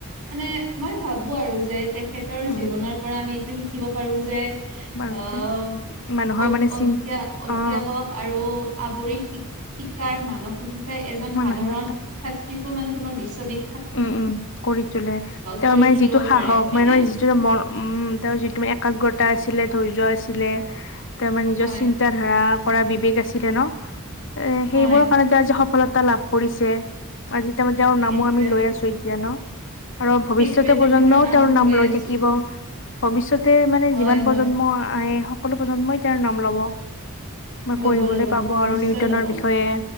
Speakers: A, on the right; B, on the left.
A: মানে মই ভাবো আৰু যে তে তেখেতৰ
B: উম
A: জীৱনৰ পৰা আমি এইটো শিকিব পাৰো যে
B: বাৰু
A: আহ
B: যে মানুহৰ
A: অধ্য
B: মানে চিন
A: অধ্যয়াৱক
B: অ
A: আৰু আৱৰিণ শিকা শিকাৰ মানসবিিতাই এজন
B: মানসিকতা
A: সাধাৰণ শিক্ষয়্ৰীকো মানে তোমাৰ বিশ্ববি্
B: উম উম কৰি তোলে তেওঁৰ
A: কৰি
B: মানে
A: তুলিব
B: যিটো সাহস
A: পাৰে হয়নে?
B: মানেে যিটো ম উম তেওঁৰ যিটো ম একাগ্ৰতা আছিলে ধৈৰ্য আছিলে ত আমাৰ নিজৰ
A: হয়
B: চিন্ত ধাৰা কৰা বিবেক আছিলে ন এ সেইবোৰৰ
A: হয়
B: কাৰণে তেওঁ আজি সফলতা লাভ কৰিছে আজি তাৰমানে তেওঁৰ নামো
A: সেইটোৱে
B: আমি ান আৰু ভৱিষ্যত
A: সেইটোৱে তেখেতৰ
B: প্ৰজন্মও তেওঁৰ নাম লৈ
A: আছো
B: থাকিব ভৱিষ্যতে মানে
A: হয়
B: যিমান
A: হয়
B: প্ৰজন্ম আহে সকলো প্ৰজন্মই তেওঁাৰ নাম লব মই
A: ল'ব
B: পঢ়িবলৈ
A: ল'ব
B: পাব আৰু
A: নিশ্চয়
B: নি্তনৰ
A: ল'ব
B: বিষয়ে